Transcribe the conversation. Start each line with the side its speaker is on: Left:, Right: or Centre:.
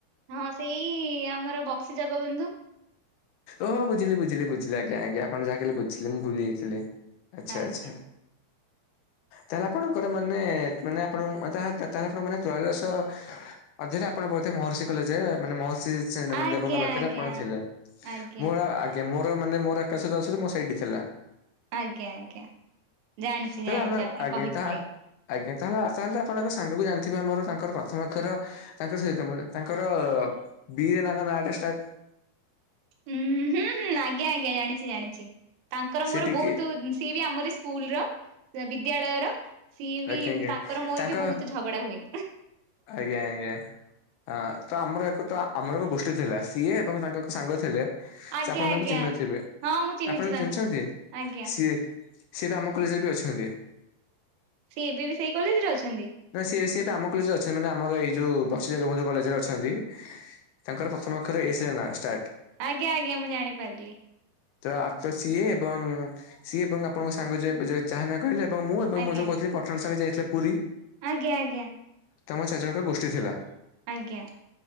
Right: ହଁ ସେଇ ଆମର ବକ୍ସି ଜଗବନ୍ଧୁ।
Left: ଓହୋ ବୁଝିଲି ବୁଝିଲି ବଝିଲି ଆଜ୍ଞା ଆଜ୍ଞା ଆପଣ ଯାହା କହିଲେ ବୁଝିଲି ମୁଁ ଭୁଲି ଯାଇଥିଲି। ଆଚ୍ଛା
Right: ଆଜ୍ଞା।
Left: ଆଚ୍ଛା। ତାହେଲେ ଆପଣଙ୍କର ମାନେ ମାନେ ଆପଣଙ୍କ <unintelligible> ତାହେଲେ ଆପଣ ମାନେ ତ୍ରୟଦଶ ଅଧରେ ଆପଣ ବୋଧେ ମହର୍ଷି କଲେଜ୍ ରେ ମାନେ <unintelligible>
Right: ଆଜ୍ଞା
Left: ଦେବଙ୍କ ପାଖରେ
Right: ଆଜ୍ଞା
Left: ଆପଣ ଥିଲେ।
Right: ଆଜ୍ଞା
Left: ମୋର ଆଜ୍ଞା ମୋର ମାନେ ମୋର ଆକାଶ <unintelligible> ମୋ ସେଇଠି ଥିଲା।
Right: ଆଜ୍ଞା ଆଜ୍ଞା ଜାଣିଚି
Left: ତାହେଲେ
Right: ଜାଣିଚି
Left: ଆମେ
Right: ଆପଣ
Left: ଆଜ୍ଞା
Right: କହିଥିଲେ।
Left: ତାହା ଆଜ୍ଞା ତାହେଲେ ଆ <unintelligible> ତାହେଲେ ଆପଣଙ୍କ ସାଙ୍ଗକୁ ଜାଣିଥିବେ ଆମର ତାଙ୍କର ପ୍ରଥମ <unintelligible> ତାଙ୍କ ସହିତ ମାନେ ତାଙ୍କର ବି ରେ ତାଙ୍କ ନାଁ ଟା ଷ୍ଟାର୍ଟ।
Right: ହୁଁ-ହୁଁ-ହୁଁ ଆଜ୍ଞା ଆଜ୍ଞା ଜାଣିଚି ଜାଣିଚି ତାଙ୍କର
Left: ସେ
Right: ମୋର
Left: ଟିକେ
Right: ବହୁତୁ ସିଏ ବି ଆମରି ସ୍ କୁଲ୍ ର <unintelligible> ବିଦ୍ୟାଳୟର ସିଏ ବି
Left: ଆଜ୍ଞା ଆଜ୍ଞା
Right: ତାଙ୍କର ମୋର
Left: ତାଙ୍କ
Right: ବି ବହୁତୁ ଝଗଡା ହୁଏ।
Left: ଆଜ୍ଞା ଆଜ୍ଞା। ହଁ ତ ଆମର ଏକ ତ ଆମର ଏକ ଗୋଷ୍ଠୀ ଥିଲା ସିଏ ଏବଂ ତାଙ୍କ ସାଙ୍ଗ ଥିଲେ ସେ
Right: ଆଜ୍ଞା
Left: ଆପଣ
Right: ଆଜ୍ଞା
Left: ତାଙ୍କୁ ଚିହ୍ନି ନଥିବେ।
Right: ହଁ ମୁଁ ଚିହ୍ନିଛି
Left: ଆପଣ
Right: ତାଙ୍କୁ।
Left: ଚିହ୍ନିଛନ୍ତି
Right: ଆଜ୍ଞା
Left: ସିଏ ସିଏ ବି ଆମ କଲେଜ୍ ରେ ବି ଅଛନ୍ତି।
Right: ସିଏ ଏବେ ବି ସେଇ କଲେଜ୍ ରେ ଅଛନ୍ତି?
Left: ନା ସିଏ ସିଏ ବା ଆମ କଲେଜ୍ ରେ ଅଛନ୍ତି ମାନେ ଆମର ଏଇ ଯୋଉ ବକ୍ସି ଜଗବନ୍ଧୁ କଲେଜ୍ ରେ ଅଛନ୍ତି। ତାଙ୍କର ପ୍ରଥମ ଅକ୍ଷର ଏସ୍ ରେ ନା ଷ୍ଟାର୍ଟ।
Right: ଆଜ୍ଞା ଆଜ୍ଞା ମୁଁ ଜାଣିପାରିଲି।
Left: ତ ଆ ତ ସିଏ ଏବଂ ସିଏ ଏବଂ ଆପଣଙ୍କ ସାଙ୍ଗ <unintelligible> ଯାହା ନା କହିଲେ ଏବଂ ମୁଁ ଏବଂ
Right: ଆଜ୍ଞା
Left: ମୁଁ ଯୋଉ କହୁଥିଲି ପଠାଣ ସାଙ୍ଗେ ଯାଇଥିଲେ ପୁରୀ।
Right: ଆଜ୍ଞା ଆଜ୍ଞା।
Left: ତମ ଚାର୍ ଜଣଙ୍କ ଗୋଷ୍ଠୀ ଥିଲା।
Right: ଆଜ୍ଞା।